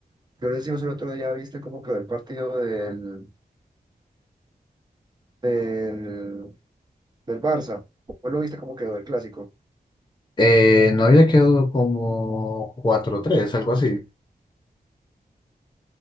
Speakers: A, on the right; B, on the left.
A: yo les decimos el otro día, ¿viste cómo quedó el partido del, del, del Barça? ¿Vos lo viste cómo quedó el clásico?
B: Eh, no había quedado como cuatro tres, algo así,